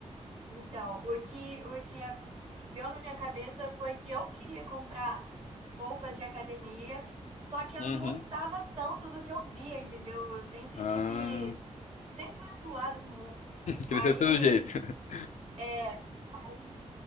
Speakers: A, on the right; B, on the left.
A: Então, o que, o que, a- o que deu na minha cabeça foi que eu queria comprar roupas de academia, só que eu
B: Uhum.
A: não gostava tanto do que eu via, entendeu? Eu sempre
B: Ah.
A: tive, sempre fui enjoada com roupa.
B: Crescer
A: Aí,
B: de todo jeito. <laughs>
A: <laughs> é, aí